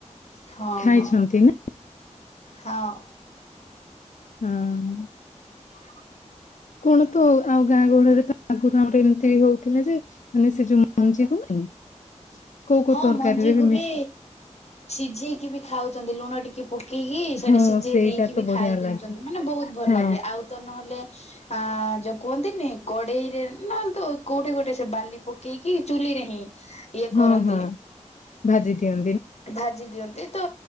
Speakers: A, on the left (about 60°); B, on the left (about 75°).
A: ହଁ
B: ଖାଇଛନ୍ତି
A: ହଁ।
B: ନା?
A: ହଁ।
B: ହୁଁ।
A: <inaudible>
B: କଣ ତ ଆଉ ଗାଁ ଗହଳିରେ ତ ଆଗ ଗାଁ ଏମିତି ବି ହଉଥିଲା ଯେ ମାନେ ସେ ଯୋଉ ମଞ୍ଜିକୁ ନାଇଁ କୋଉ କୋଉ
A: ହଁ
B: ତରକାରୀରେ
A: ମଞ୍ଜି କୁ ବି
B: ମିଶି
A: ସିଝେଇକି ବି ଖାଉଛନ୍ତି ଲୁଣ ଟିକେ ପକେଇକି ସେଇଟେ
B: ହଁ
A: ସିଝେଇ
B: ସେଇଟା
A: ଦେଇକି
B: ତ
A: ବି
B: ବଢିଆ
A: ଖାଇ ଦେଉଛନ୍ତି
B: ଲାଗେ
A: ମାନେ ବହୁତ ଭଲ
B: ହଁ
A: ଲାଗେ ଆଉ ତ ନହେଲେ ଆ ଯୋ କୁହନ୍ତିନି କଡେଇରେ ନହେଲେ ତ କୋଉଠି ଗୋଟେ ସେ ବାଲି ପ ପକେଇକି ଚୁଲିରେ ହିଁ ଇଏ କରନ୍ତି।
B: ହଁ ହଁ ଭାଜି ଦିଅନ୍ତି
A: ଭାଜି ଦିଅନ୍ତି ତ